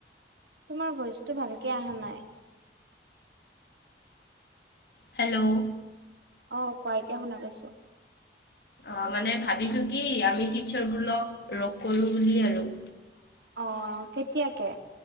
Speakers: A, on the right; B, on the left.
A: তোমাৰ বইচটো ভালকে অহা নাই-
B: হেল্ল'
A: আহ কোৱা এতিয়া শুনা পা ইছো
B: অ মানে ভাবিছো কি আমি টিচাৰ বোৰ লগ- ৰক কৰোঁ বুলি আৰু-
A: অ', কেতিয়াকে-